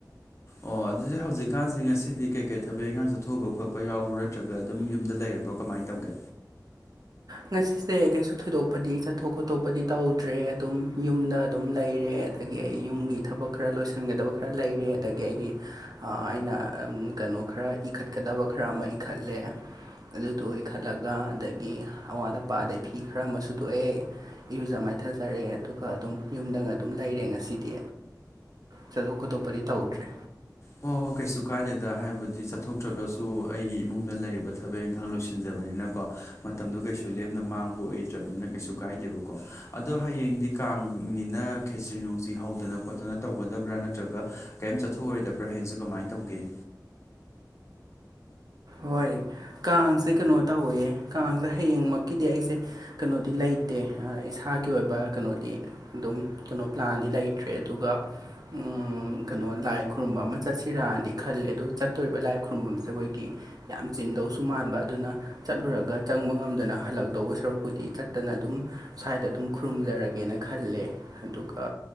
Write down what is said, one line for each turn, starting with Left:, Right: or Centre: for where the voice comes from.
Left: ꯑꯣ ꯑꯗꯨꯗꯤ ꯍꯧꯖꯤꯛꯀꯥꯟꯁꯦ ꯉꯁꯤꯗꯤ ꯀꯩꯀꯩ ꯊꯕꯛ ꯏꯪꯈꯥꯡ ꯆꯠꯊꯣꯛꯎꯕ ꯈꯣꯠꯄ ꯌꯥꯎꯕꯔ ꯅꯠꯇ꯭ꯔꯒ ꯑꯗꯨꯝ ꯌꯨꯝꯗ ꯂꯩꯔꯕꯣ ꯀꯃꯥꯏ ꯇꯧꯒꯦ
Right: ꯉꯁꯤꯁꯦ ꯀꯩꯁꯨ ꯊꯣꯏꯗꯣꯛꯄꯗꯤ ꯆꯠꯊꯣꯛ ꯈꯣꯠꯇꯣꯛꯄꯗꯤ ꯇꯧꯗ꯭ꯔꯦ ꯑꯗꯨꯝ ꯌꯨꯝꯗ ꯑꯗꯨꯝ ꯂꯩꯔꯦ ꯑꯗꯒꯤ ꯑꯩ ꯌꯨꯝꯒꯤ ꯊꯕꯛ ꯈꯔ ꯂꯣꯏꯁꯤꯟꯒꯗꯕ ꯈꯔ ꯂꯩꯔꯦ ꯑꯗꯒꯤ ꯑꯩꯒꯤ ꯑꯥ ꯑꯩꯅ ꯑꯝ ꯀꯩꯅꯣ ꯈꯔ ꯏꯈꯠꯀꯗꯕ ꯈꯔ ꯑꯃ ꯏꯈꯠꯂꯦ ꯑꯗꯨꯗꯣ ꯏꯈꯠꯂꯒ ꯑꯗꯒꯤ ꯑꯋꯥꯠ ꯑꯄꯥ ꯑꯗꯒꯤ ꯐꯤ ꯈꯔ ꯑꯃꯥ ꯁꯨꯗꯣꯛꯑꯦ ꯏꯔꯨꯖ ꯃꯥꯏꯊꯖꯔꯦ ꯑꯗꯨꯒ ꯑꯗꯨꯝ ꯌꯨꯝꯗꯒ ꯑꯗꯨꯝ ꯂꯩꯔꯦ ꯉꯁꯤꯗꯤ ꯆꯠꯊꯣꯛ ꯀꯣꯠꯊꯣꯛꯄꯗꯤ ꯇꯧꯗ꯭ꯔꯦ
Left: ꯍꯣ ꯍꯣ ꯀꯩꯁꯨ ꯀꯥꯏꯗꯦꯗ ꯍꯥꯏꯕꯗꯤ ꯆꯠꯊꯣꯛꯇ꯭ꯔꯒꯁꯨ ꯑꯩꯒꯤ ꯏꯃꯨꯡꯗ ꯂꯩꯔꯤꯕ ꯊꯕꯛ ꯏꯪꯈꯥꯡ ꯂꯣꯏꯁꯤꯟꯖꯕꯅꯤꯅꯀꯣ ꯃꯇꯝꯗꯣ ꯀꯩꯁꯨ ꯂꯦꯝꯅ ꯃꯥꯡꯕ ꯑꯣꯏꯗ꯭ꯔꯕꯅꯤꯅ ꯀꯩꯁꯨ ꯀꯥꯏꯗꯦꯕꯀꯣ ꯑꯗꯣ ꯍꯌꯦꯡꯗꯤ ꯀꯥꯡꯅꯤꯅ ꯈꯦꯆ꯭ꯔꯤ ꯅꯨꯡꯆ꯭ꯔꯤ ꯍꯧꯗꯅ ꯈꯣꯠꯇꯅ ꯇꯧꯒꯗꯕ꯭ꯔꯥ ꯅꯠꯇ꯭ꯔꯒ ꯀꯦꯝ ꯆꯠꯊꯣꯛꯑꯣꯏꯗꯕ ꯕ꯭ꯔ ꯍꯌꯦꯡꯁꯦ ꯀꯃꯥꯏꯅ ꯇꯧꯒꯦ
Right: ꯍꯣꯏ ꯀꯥꯡꯁꯦ ꯀꯩꯅꯣ ꯇꯧꯋꯦ ꯀꯥꯡꯁꯦ ꯍꯌꯦꯡꯃꯛꯀꯤꯗꯤ ꯑꯩꯁꯦ ꯀꯩꯅꯣꯗꯤ ꯂꯩꯇꯦ ꯑꯥ ꯏꯁꯥꯒꯤ ꯑꯣꯏꯕ ꯀꯩꯅꯣꯗꯤ ꯑꯗꯨꯝ ꯀꯩꯅꯣ ꯄ꯭ꯂꯥꯟꯗꯤ ꯂꯩꯇ꯭ꯔꯦ ꯑꯗꯨꯒ ꯎꯝ ꯀꯩꯅꯣ ꯂꯥꯏ ꯈꯨꯔꯨꯝꯕ ꯑꯃ ꯆꯠꯁꯤꯔꯗꯤ ꯈꯜꯂꯦ ꯑꯗꯨ ꯆꯠꯇꯣꯔꯤꯕ ꯂꯥꯏ ꯈꯨꯔꯨꯝꯐꯝꯁꯦ ꯑꯩꯈꯣꯏꯒꯤ ꯌꯥꯝ ꯆꯤꯟꯗꯧꯁꯨ ꯃꯥꯟꯕ ꯑꯗꯨꯅ ꯆꯠꯂꯨꯔꯒ ꯆꯪꯕ ꯉꯝꯗꯅ ꯍꯜꯂꯛꯇꯧꯕ ꯁꯔꯨꯛꯄꯨꯗꯤ ꯆꯠꯇꯅ ꯑꯗꯨꯝ ꯁ꯭ꯋꯥꯏꯗ ꯑꯗꯨꯝ ꯈꯨꯔꯨꯝꯖꯔꯒꯦꯅ ꯈꯜꯂꯦ ꯑꯗꯨꯒ